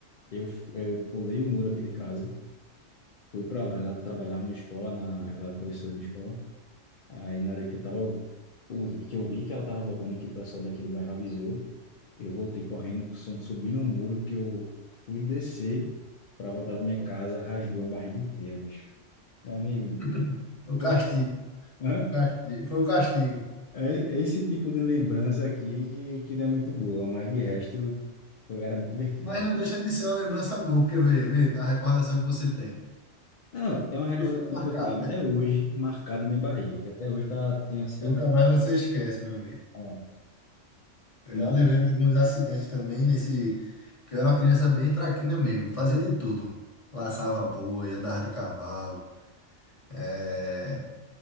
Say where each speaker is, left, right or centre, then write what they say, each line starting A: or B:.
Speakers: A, on the left (about 55°); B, on the left (about 30°).
A: Eu, fu- eu pulei o muro aqui de casa, fui para lá. Ela trabalhava numa escola, na, ela era professora de escola. Aí na hora que eu tava, ouvi- que eu vi que ela tava voltando, que o pessoal daqui do bairro avisou, eu voltei correndo, com o som de subir no muro, que eu fui descer para voltar pra minha casa, rasgou a barriga inteira, bicho. Meu amigo,
B: <laughs> O castigo.
A: foi- <laughs> hã?
B: Casti- Foi o castigo.
A: É esse tipo de lembrança aqui que, que não é muito boa, mas de resto foi- era muito divertido,
B: Mas
A: velho.
B: não deixa de ser uma lembrança boa, porque vê, vê a recordação que você tem.
A: Não, é uma recordação
B: E ficou marcado,
A: que eu tenho até
B: né?
A: hoje marcada na minha barriga, que até hoje tá, tem a cicatriz.
B: Nunca mais você esquece, meu amigo.
A: Ah,
B: Eu
A: Mas
B: já levei alguns acidentes também nesse. Porque eu era uma criança bem traquina mesmo. Fazia de tudo. Laçava boi, andava de cavalo. eh,